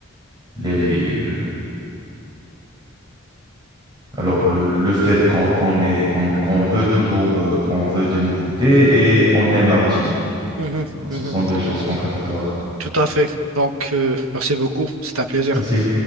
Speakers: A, on the right; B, on the right.
A: les, euh, alors, le, le fait qu'on qu'on est, qu'on, qu'on veut toujours, euh, qu'on veut des nouveautés et on aime la routine.
B: Mhm,
A: Ce
B: mhm.
A: sont deux choses contradictoires.
B: Tout à fait. Donc euh, merci beaucoup. C'est un plaisir.
A: Merci.